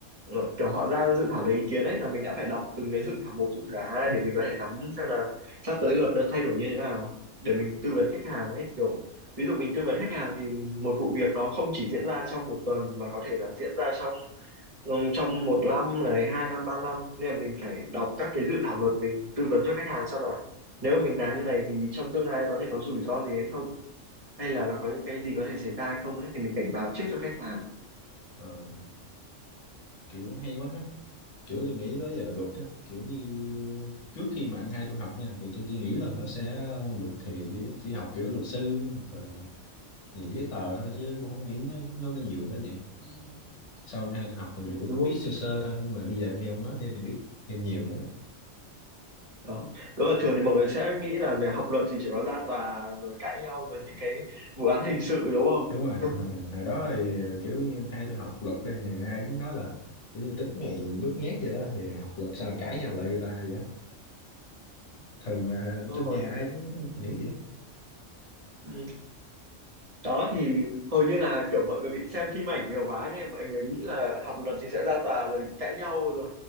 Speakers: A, on the right; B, on the left.
A: Ờ, kiểu họ ra dự thảo lấy ý kiến ấy là mình đã phải đọc từng cái dự thảo một dự thảo hai để mình có thể nắm xem là sắp tới luật nó thay đổi như thế nào để mình tư vấn khách hàng ấy kiểu ví dụ mình tư vấn khách hàng thì một vụ việc nó không chỉ diễn ra trong một tuần mà có thể là diễn ra trong ừ, trong một năm này hai năm ba năm nên là mình phải đọc các cái dự thảo luật mình tư vấn cho khách hàng xem là nếu mà mình làm như này thì trong tương lai có thể có rủi ro gì hay không hay là nó có những cái gì có thể xảy ra hay không ấy thì mình cảnh báo trước cho khách hàng
B: Ờ, kiểu hay quá ha kiểu tôi nghĩ tới giờ luật á kiểu như trước khi mà anh hai tôi học nha thì tôi chỉ nghĩ là nó sẽ luật thì chỉ học kiểu luật sư hoặc là về giấy tờ thôi chứ cũng không nghĩ nó nó có nhiều tới vậy sau anh hai tôi học thì
A: ừ,
B: cũng
A: đúng không
B: biết sơ sơ thôi nhưng mà bây giờ nghe ông nói thêm thì biết thêm nhiều nữa
A: đó đúng là thường thì mọi người sẽ nghĩ là về học luật thì chỉ có ra tòa rồi cãi nhau rồi những cái vụ án hình sự đúng không
B: đúng rồi
A: <laughs>
B: hồi, hồi đó thì kiểu như anh hai tôi học luật đây thì ai cũng nói là kiểu như tính mày nhút nhát vậy đó thì học luật sao mà cãi nhau lại người ta vậy á thường là
A: đúng
B: trong
A: rồi
B: nhà ai cũng nghĩ vậy
A: ừ. đó thì hầu như là kiểu mọi người bị xem phim ảnh nhiều quá nên mọi người nghĩ là học luật thì sẽ ra tòa rồi cãi nhau <laughs> rồi